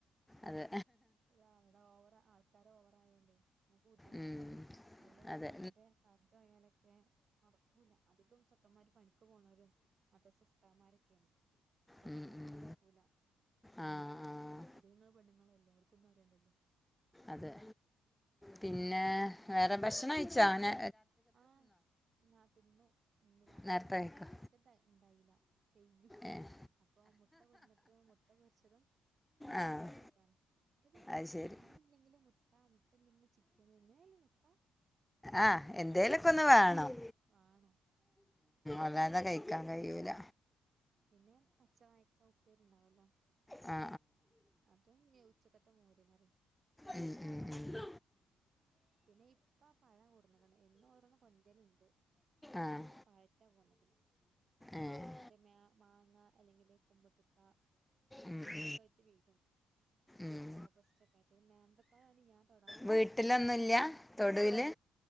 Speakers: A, in the centre; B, on the right.
A: അതെ
B: ആ ഇവിടെ ഓവറ ആ ഓവറായോണ്ടേ നമുക്ക് ബുദ്ധിമുട്ടാണ്
A: ഉം
B: നല്ല എന്തെങ്കിലും
A: അതെ
B: ഇവിടെ കറണ്ട് പോയാലൊക്കെ നടക്കൂല്ല അധികംചെക്കന്മാര് പനിക്ക് പോണര് മദ്രസ ഉസ്താത്മാരൊക്കെയാണ് ഒലുക്കൊന്നും
A: ഉം ഉം
B: നടക്കൂല
A: ആഹ് ആഹ്
B: പുതുങ്ങ പെണ്ണുങ്ങളല്ല എല്ലാവർക്കും ഒന്നും അറിയണ്ടല്ലോ
A: അതെ പിന്നെ വേറെ ഭക്ഷണം കഴിച്ച അനെ
B: ആ തിന്നു ഇന്ന് രാത്രിക്കത്തേക്ക്
A: നേരത്തെ കഴിക്കോ
B: ചിക്കൻ ഇണ്ടായില്ല. കഴിഞ്ഞു
A: ഏഹ്
B: അപ്പൊ മുട്ട കൊടുന്നിട്ട് മുട്ട പൊരിച്ചതും ചോറും
A: ആഹ്
B: കറിയും മുട്ടാണ് ഇപ്പ പിന്നെ
A: അത് ശരി
B: മീൻ ഇല്ലെങ്കിലും മുട്ട മുട്ട ഇല്ലെങ്കിൽ ചിക്ക് എങ്ങനെല്ല മുട്ട
A: ആ
B: ആരില്ലെങ്കിൽ
A: എന്തേലൊക്കൊന്നു
B: മുട്ട ഉണ്ടാവും
A: വേണം
B: വേണം
A: അല്ലാതെ കഴിക്കാൻ കഴിയൂല
B: പിന്നെ പച്ചവായക്ക ഉപ്പേരിയു ണ്ടാവല്ലോ
A: ആ
B: അതും ഉച്ചക്കത്തെ മോരുകറി
A: ഉം ഉം ഉം
B: പിന്നെ ഇപ്പ പഴം കൂർന്നക്കണ് എന്നും ഓരോന്ന് കൊന്റലുണ്ട്
A: ആഹ്
B: ഇന്നിപ്പോ പഴത്താ കൊണ്ടക്കണ്
A: ഏഹ്
B: മറ്റേ മ്യാ മാങ്ങ അല്ലെങ്കില് കുമ്പുട്ടിക്ക
A: ഉം
B: അന്തേലൊക്കെയിട്ട്
A: ഉം
B: വീഴും
A: ഉം
B: റോബസ്റ്റ് ഒക്കെ ആയിട്ടത് നേന്ത്രപ്പഴാണ് ഞാൻ തൊടാൻ പോവൂല
A: വീട്ടിലൊന്നും ൽ ല്ലാ തൊടൂല്ലാ